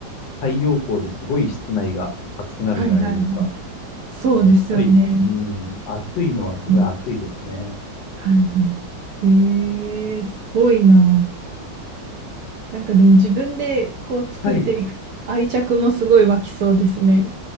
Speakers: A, on the left; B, on the right.
A: 太陽光ですごい室内が暑くなるじゃないですか。
B: はいはい。そうですよね。
A: やっぱり、うん、暑いのはすごい暑いですね。
B: うんはいはい。ええすごいな。なんかでも自分でこう作っていくと愛着もすごい湧きそうですね。
A: はい。